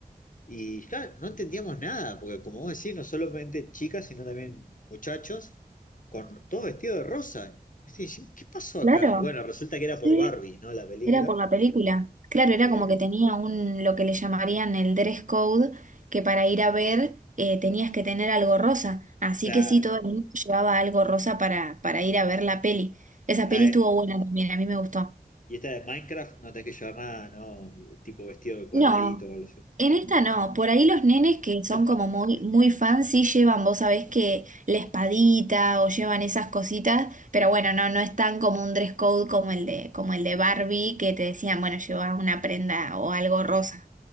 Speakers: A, on the left; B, on the right.
A: Y claro, no entendíamos nada, porque como vos decís, no solamente chicas, sino también muchachos, con todo vestido de rosa. Viste, y dijimos, ¿qué pasó acá?
B: Claro,
A: Y bueno, resulta que era
B: sí,
A: por Barbie, ¿no? La película.
B: era por la película. Claro,
A: Este
B: era
A: que,
B: como que tenía un, lo que le llamarían el dress code, que para ir a ver eh, tenías que tener algo rosa. Así
A: claro.
B: que sí, todo el mundo llevaba algo rosa para, para ir a ver la peli. Esa
A: Ah,
B: peli estuvo
A: eh,
B: buena también, a mí me gustó.
A: y esta de Minecraft, no tenés que llevar nada, ¿no? Tipo vestido de cuadradito
B: No,
A: o algo así.
B: en esta no. Por ahí los nenes que
A: <laughs>
B: son como muy, muy fans sí llevan, vos sabés que la espadita o llevan esas cositas, pero bueno, no, no es tan como un dress code como el de, como el de Barbie, que te decían, bueno, lleva una prenda o algo rosa.